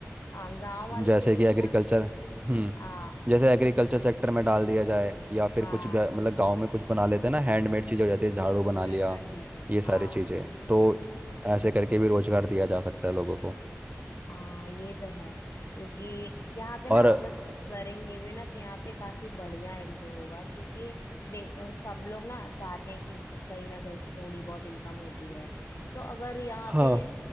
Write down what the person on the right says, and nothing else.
जैसे
कि एग्रीकल्चर
हम्म
जैसे एग्रीकल्चर
सेक्टर में डाल दिया जाए या फिर
कुछ ग- मतलब गांव में कुछ बना लेते हैं ना हैंडमेड चीज़ें हो जाती है झाड़ू बना
लिया
ये सारी
चीज़ें तो ऐसे करके भी रोजगार दिया जा सकता है लोगों को
और
हाँ